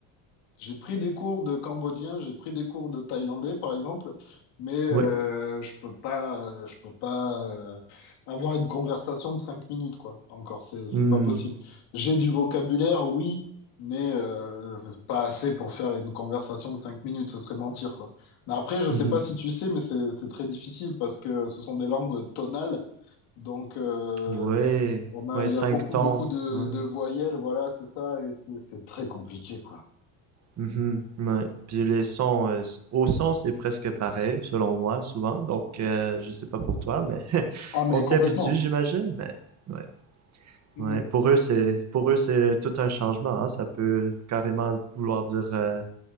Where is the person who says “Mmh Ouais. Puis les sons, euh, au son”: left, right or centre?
Right